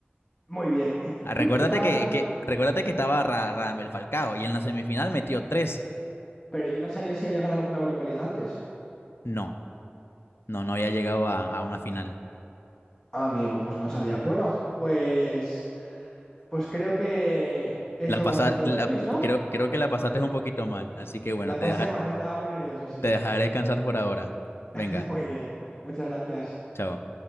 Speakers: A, on the left (about 20°); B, on the left (about 75°).
A: Muy bien.
B: Ah, recuérdate
A: <laughs> Te estaba
B: que,
A: preguntando,
B: que, recuérdate que estaba Ra- Radamel Falcao y en la semifinal metió tres.
A: pero yo no sabía si había ganado alguna Europa League antes.
B: No, no, no había llegado a a una final.
A: Amigo, pues no lo sabía. Bueno, pues, pues creo que he
B: La
A: hecho
B: pasa,
A: bastante
B: la-
A: buen quiz, ¿no?
B: creo, creo que la pasaste un poquito mal, así que bueno,
A: La
B: te
A: pasé
B: deja-
A: mal, estaba muy nervioso, sí,
B: te
A: sí,
B: dejaré
A: sí.
B: descansar por ahora. Venga,
A: <laughs> Muy bien, muchas gracias.
B: chao.